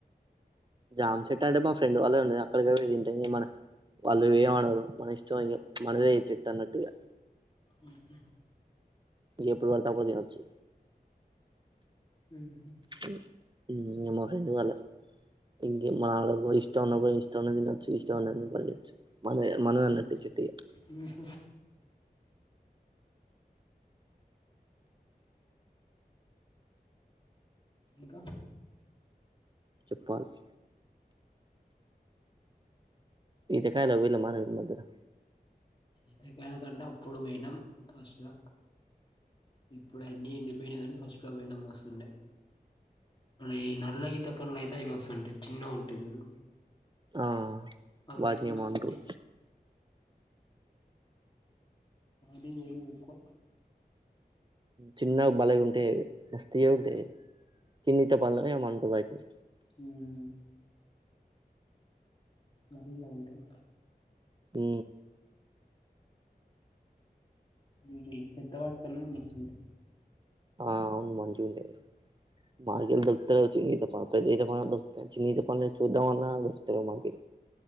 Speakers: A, on the right; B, on the left.
A: జామ్ చెట్ట అంటే మా ఫ్రెండ్ వాళ్ళే ఉండ అక్కడిక తింటే మ వాళ్ళు ఏమనరు మన ఇష్టం ఇగ చ్ మనదే చెట్టు అన్నట్టు గా
B: ఉహ్హ
A: ఎప్పుడు పడితే అపుడు తినోచ్చు.
B: మ్హ
A: ఉ ఇది మా ఫ్రెండ్ వాలే ఇంగే మాడ బోయ్ ఇష్ట ఉన్న బోయ్ ఇష్ట తినచ్చు ఇష్టంన్న పడిచ్చు మన మనధి అన్నట్టు ఈ చెట్టు ఇగ
B: హ్మ్మ్ ఇంకా
A: చెప్పల్స్ ఇతే కాయలా వీళ మారన్ మధ్యనా
B: ఈతకాల కంటే అప్పుడు పోయినాం ఫస్ట్ ల ఇప్పుడు అన్నీ ఏండి పినాయి గానీ ఫస్ట్ లో పోయినామ్ మస్తు ఉండే ఈ నల్ల ఈత పళ్ళు అయితే అవి మస్తు ఉంటాయి చిన్నవీ ఉంటాయి చూడు
A: ఆ
B: అవి
A: వాటిని
B: అయితే
A: ఏమో
B: మాస్తుంటాయి.
A: అంటరు
B: వాడి నేను ఎక్కువ
A: చిన్నగా బలగా ఉంటే మస్తగే ఉంటాయి చిన్న ఈత పన్లు అని ఏమో అంటారు వాటినీ
B: హ్మ్మ్ మరీలా ఉంటాయి
A: ఉ
B: ఇ ఈ పెద్దవాటితోనే మస్తుంటే
A: ఆ అవును మంజుడేరు మాగిన్ దొరుకుతాయ్ చిన్న ఈత పళ్ళు, పెద్ద ఈత పళ్ళు దొరుకుతాయి. చిన్న ఈత పళ్ళు చూద్దామన్న దొరుకతలేదు మాకి